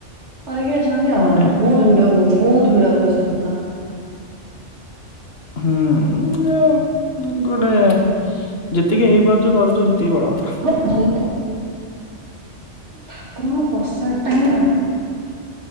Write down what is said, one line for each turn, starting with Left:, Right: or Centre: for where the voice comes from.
Right: କରିକି ଆସନ୍ତି ଆଉ
Left: ବଢିଆ
Right: ଆଉ ବହୁତ୍ ଭିଡ଼ ହବ ବହୁତ୍ ଭିଡ଼ ହୁଏ ସେଦିନ।
Left: ହୁଁ ଲେ ଗୋଟେ ଯେତିକି ହେଇପାରୁଚି କରୁଚ ସେତିକି ବଡ଼ କଥା।
Right: ଭଲେ ଠାକୁରଙ୍କ ପ୍ରସାଦଟା ହିଁ ପୁରା